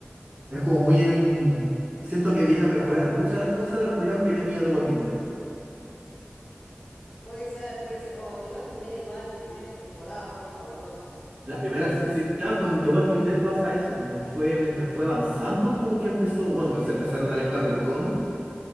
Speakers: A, on the right; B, on the left.
A: Es como muy en... Siento que viene a mejorar muchas de las cosas de los problemas que tenía de Walking Dead.
B: Puede ser, puede ser. Oh, The Walking Dead igual las primeras temporadas fueron fabulosas.
A: Las primeras, sí, sí, claro, con The Walking Dead pasa eso, como que fue mientras fue avanzando, como que empezó, bueno, que se empezaron a alejar del cómic